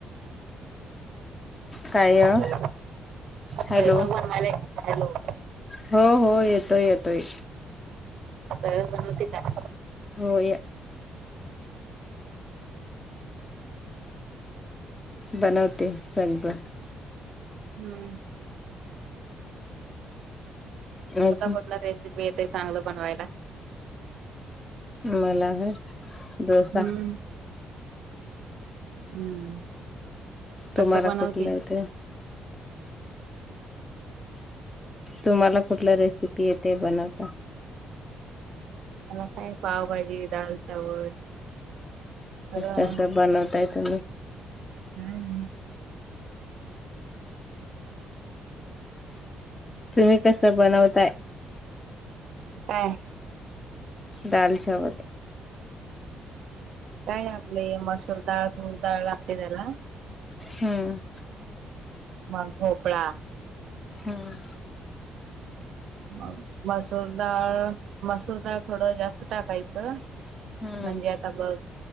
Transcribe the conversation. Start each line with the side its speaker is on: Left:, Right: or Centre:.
Left: काय?
Right: हॅलो
Left: हॅलो
Right: स्वयंपाक बनवायला हॅलो.
Left: हो हो येतोय येतोय.
Right: सरळ बनवते का.
Left: हो. बनवते सगळ.
Right: हम्म
Left: अजून
Right: तुला कुठला रेसिपी येते चांगलं बनवायला.
Left: मला दोसा..
Right: हम्म हम्म. कसं
Left: तुम्हाला
Right: बनवते
Left: कुठला आहे ते. तुम्हाला कुठला रेसिपी आहेेते बनवता.
Right: मला काय पावभाजी दाल चावल. सगळं
Left: बस बनतय त.
Right: हम्म
Left: तुम्ही कसं बनवताय.
Right: काय?
Left: दाल चचावल.
Right: काय आपलं मसूर डाळ ूळ डाळ लागते त्याला.
Left: हम्.
Right: मग भोपळा.
Left: हम्.
Right: मग मसूरडाळ मसूरडाळ थोडं जास्त टाकायचं.
Left: हम्म
Right: म्हणजे आता बघ